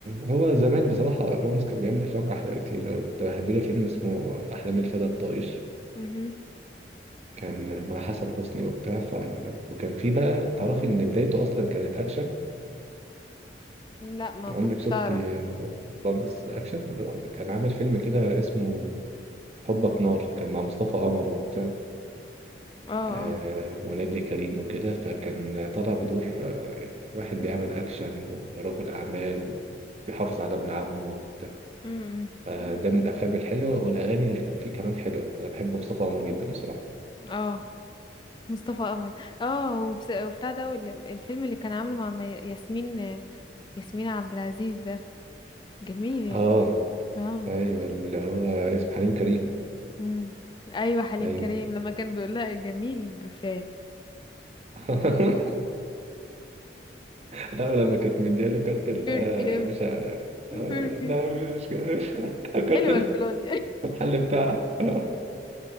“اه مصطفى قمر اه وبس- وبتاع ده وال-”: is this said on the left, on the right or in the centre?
Left